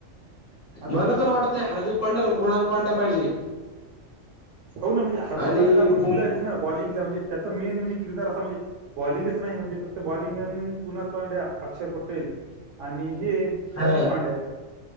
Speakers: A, on the right; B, on the left.
A: अजून
B: मला तर वाटतंय हर्दीक पांड्या आणि कुणाल पांड्या पाहिजे.
A: हो ना म्हणजे हार्दिक
B: आणि
A: पांड्या तर आपण
B: बुम
A: ठेवलायच हा बॉलिंगला म्हणजे, त्याच मेन म्हणजे किरदार अस म्हणजे बॉलिंगच नाय म्हणजे फक्त बॉलिंग अन कुणाल पांड्या, अक्षर पटेल आणि हे हार्दिक
B: हा
A: पांड्या आहे.